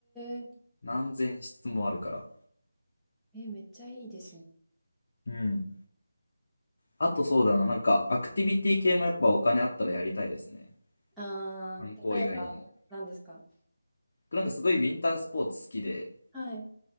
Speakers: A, in the centre; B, on the left (about 50°).
A: え、
B: 何千室もあるから。
A: えー、めっちゃいいですね。
B: うん。あとそうだな、なんか、アクティビティ系もやっぱお金あったらやりたいですね。
A: あー、
B: 観光以外にも。
A: 例えば、何ですか
B: なんかすごいウィンタースポーツ好きで、
A: はい。